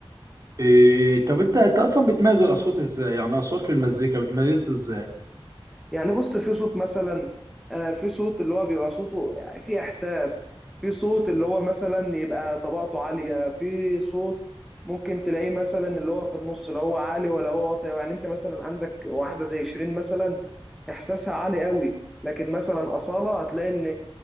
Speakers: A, on the right; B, in the centre.
A: آه، طب انت انت اصلا بتميز الاصوات ازاي يعني اصوات في المزيكا بتميز ازاي
B: يعني بص في صوت مثلا آه، في صوت اللي هو بيبقى صوته يعني في احساس في صوت اللي هو مثلا يبقى طبقته عاليه في صوت ممكن تلاقيه مثلا اللي هو في النص لا هو عالي ولا هو واطي يعني انت مثلا عندك واحده زي شيرين مثلا احساسها عالي قوي لكن مثلا اصاله هتلاقي ان